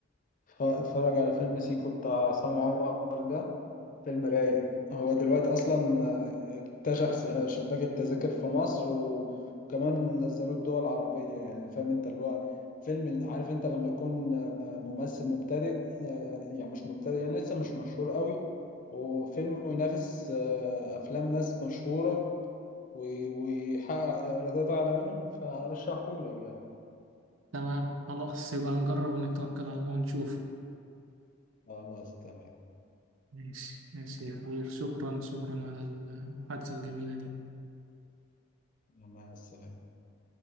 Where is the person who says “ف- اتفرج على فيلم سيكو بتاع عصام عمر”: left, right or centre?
Left